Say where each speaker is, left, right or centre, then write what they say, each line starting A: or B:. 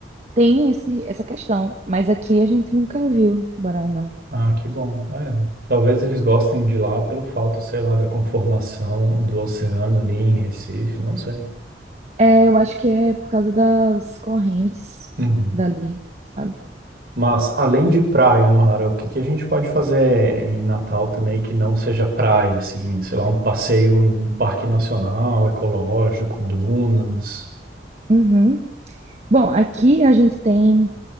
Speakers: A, on the right; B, on the right.
A: tem esse, essa questão, mas aqui a gente nunca viu tubarão, não.
B: Ah, que bom. É, talvez eles gostem de lá pelo fato, sei lá, da conformação do oceano ali em Recife, não sei.
A: É, eu acho que é por causa das correntes
B: Uhum.
A: dali, sabe?
B: Mas além de praia, Nohara, o que que a gente pode fazer em Natal também que não seja praia, assim, sei lá, um passeio, um parque nacional, ecológico, dunas?
A: Uhum. Bom, aqui a gente tem